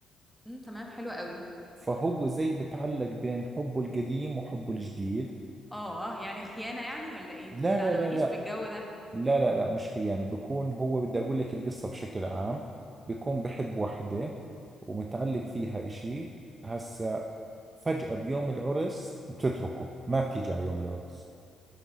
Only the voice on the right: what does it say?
فهو زي بتعلق بين حبه القديم وحبه الجديد
لا
لا
لا
لا لا لا مش خيانة يعني بكون هو بدي أقول لك القصة بشكل عام بكون بحب وحدة ومتعلق فيها إشي هسا فجأة بيوم العرس بتتركه ما بتيجي على يوم العرس